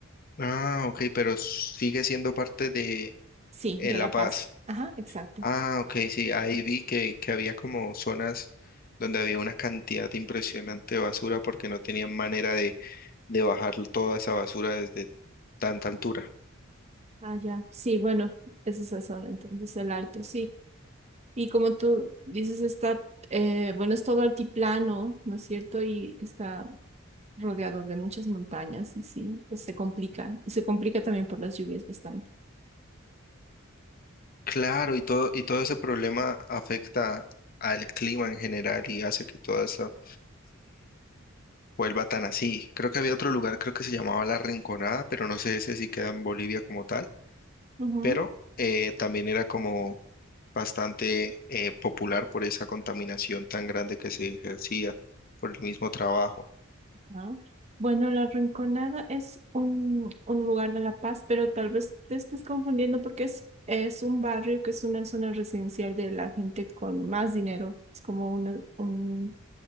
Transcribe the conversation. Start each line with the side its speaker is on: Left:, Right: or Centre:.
Left: Ah, ok, pero sigue siendo parte de
Right: Sí,
Left: eh,
Right: de
Left: La
Right: La
Left: Paz.
Right: Paz. Ajá, exacto.
Left: Ah, ok, sí, ahí vi que, que había como zonas donde había una cantidad impresionante de basura porque no tenían manera de, de bajar toda esa basura desde tanta altura.
Right: Ah, ya. Sí, bueno, esa es la zona, entonces el alto, sí. Y como tú dices, está, eh, bueno, es todo altiplano, ¿no es cierto? Y está rodeado de muchas montañas y sí, pues se complica. Y se complica también por las lluvias bastante.
Left: Claro, y todo, y todo ese problema afecta al clima en general y hace que todo eso vuelva tan así. Creo que había otro lugar, creo que se llamaba La Rinconada, pero no sé ese si queda en Bolivia como tal,
Right: Ujú.
Left: pero eh, también era como bastante eh, popular por esa contaminación tan grande que se ejercía por el mismo trabajo.
Right: Ah, Bueno, La Rinconada es un, un lugar de La Paz, pero tal vez te estés confundiendo porque es, es un barrio que es una zona residencial de la gente con más dinero. Es como una, un-